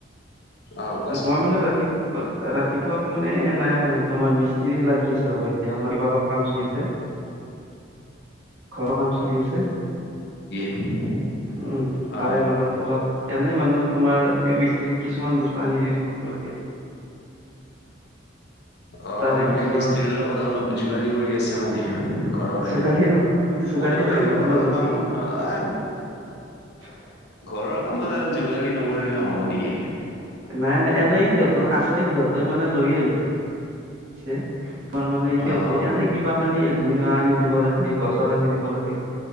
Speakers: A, on the left; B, on the right.
A: অ
B: মই মানে ৰাতি ৰাতিপুৱা মানে এ নাই মানে তোমাৰ মিস্ত্ৰী লাগি আছে ৰ'বা এতিয়া আমাৰ কিবা অলপ কাম চলি আছে। ঘৰৰ কাম চলি আছে।
A: <inaudible>
B: উম
A: অ
B: তাৰে লগত অলপ এনেই মানুহে তোমাৰ এই মিস্ত্ৰীত কিছুমান বস্তু আনি দি থাকিব লাগে।
A: অ
B: তাৰে
A: মানে
B: পিছত
A: মিস্ত্ৰিৰৰ লগত অলপ যোগালি কৰি আছে মানে? ঘৰৰে
B: যোগালী নহয়, যোগালী
A: কৰিব
B: নহয়
A: লাগিল
B: তোমাৰ
A: ঘৰৰ
B: যত
A: কাম আ
B: <inaudible>
A: ঘৰৰ কামত আৰু যোগালি নকৰিলেও নহ'ব নেকি।
B: নাই নাই এনেই সিহঁত আছে সিহঁতে মানে লৈ আহিছে পিছে তোমাৰ মানে সিহঁতক
A: অ
B: এনেই কিবা কানি গুণা আনি দিব লাগে, গজাল আনি দিব লাগে।